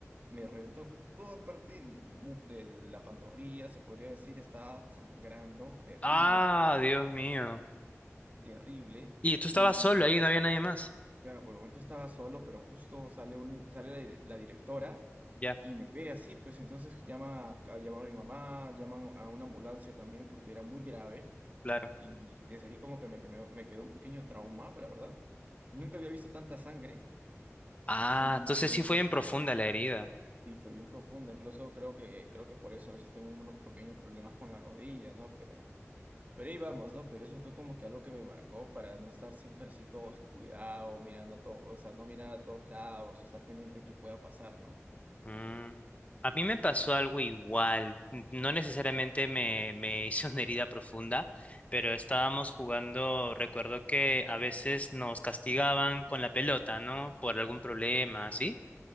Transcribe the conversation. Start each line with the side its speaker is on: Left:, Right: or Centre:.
Right: me reventó toda parte del mu- de la pantorrilla, se podría decir, estaba sangrando, terrible,
Left: Ah, Dios mío.
Right: terrible.
Left: Y tú estabas
Right: Y
Left: solo ahí, no había nadie más.
Right: claro, por el momento estaba solo, pero justo sale un, sale la di- la directora.
Left: Ya,
Right: Y me ve así, pues entonces llama, a, llama a mi mamá, llama a una ambulancia también porque era muy grave.
Left: claro.
Right: Y desde ahí como que me, que me, me quedó un pequeño trauma, la verdad. Nunca había visto tanta sangre.
Left: Ah,
Right: Y,
Left: entonces
Right: y-
Left: sí fue en profunda la herida.
Right: y fue bien profunda. Incluso creo que, creo que por eso a veces tengo unos pequeños problemas con la rodilla, ¿no? Pero, pero ahí vamos, ¿no? Pero eso fue como que algo que me marcó para no estar siempre así todo descuidado, mirando a todo, o sea, no mirar a todos lados, o estar pendiente de qué pueda pasar, ¿no?
Left: Mm, A mí me pasó algo igual, n- no necesariamente me, me <laughs> hice una herida profunda, pero estábamos jugando, recuerdo que a veces nos castigaban con la pelota, ¿no? Por algún problema, así